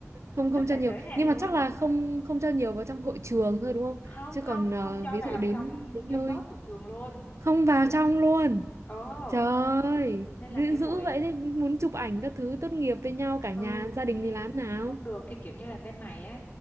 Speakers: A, on the right (about 65°); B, on the left (about 40°).
A: không
B: rất
A: không
B: là
A: cho nhiều
B: giới hạn
A: nhưng
B: luôn
A: mà chắc là không không cho nhiều vào trong hội trường thôi đúng không?
B: không
A: Chứ
B: không
A: còn ờ,
B: không cho
A: ví
B: vào
A: dụ đến
B: trong
A: đến
B: campus
A: nơi
B: của trường luôn
A: không vào trong luôn.
B: ừ
A: Trời ơi,
B: nên
A: dữ
B: là cái buổi
A: dữ vậy đấy, muốn chụp ảnh các thứ tốt nghiệp với nhau cả
B: ừ
A: nhà gia đình
B: thì
A: thì làm nào?
B: thì không được thì kiểu như là bên này á